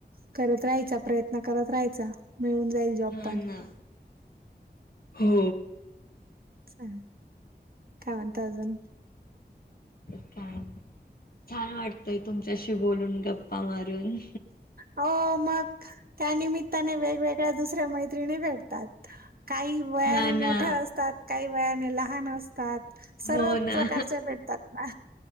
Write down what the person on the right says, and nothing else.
करत राहायचा प्रयत्न करत राहायचा मिळून जाईल जॉब
पण
चला काय म्हणतंय अजून?
हो मग त्यानमित्ताने वेगवेगळ्या दुसऱ्या मैत्रिणी मैत्रिणी भेटतात काही वयाने
मोठ्या असतात काही वयाने लहान असतात. सर्व
प्रकारचे भेटतात ना?